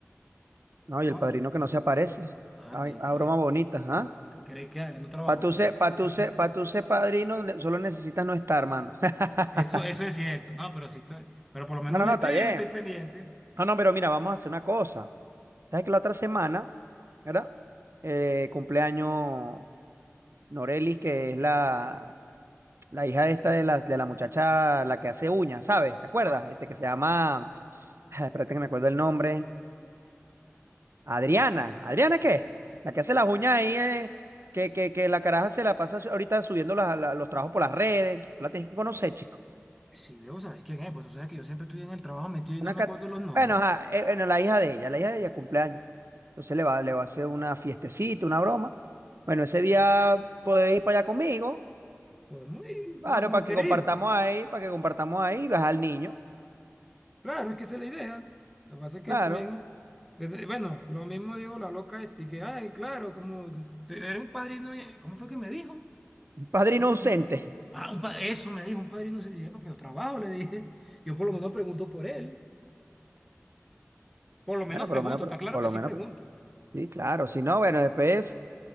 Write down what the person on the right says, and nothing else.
no, y
el padrino que no
se aparece.
Ay,
ah,
broma bonita, ¿ah?
Para tú
ser, para tú
ser, para tú ser padrino, le- solo necesitas no estar, hermano. <laughs>
No, no,
no,
está bien.
No, no, pero mira, vamos a hacer una cosa. Sabes que la otra semana, ¿verdad? Eh, cumpleaños Norelis, que es la, la hija esta de las de la muchacha, la que hace uñas, ¿sabes? ¿Te acuerdas?
Este que se llama, <tsk> espérate que me acuerdo el nombre. Adriana. ¿Adriana qué? La que hace las uñas ahí, eh, que, que, que la caraja se la pasa ahorita subiendo las- la- los trabajos por las redes. Tú la tienes que conocer, chico.
Una
cat-
Bueno, ajá, eh, bueno, la hija de ella, la hija de ella cumpleaños. Entonces le va, le va a hacer una fiestecita, una broma. Bueno, ese día podéis ir para allá conmigo,
claro,
para
que compartamos
ahí, para que compartamos ahí y vas al niño,
claro.
Un Padrino
ausente.
Bueno,
por lo menos, por,
por
lo
menos,
sí, claro. Si no, bueno, después,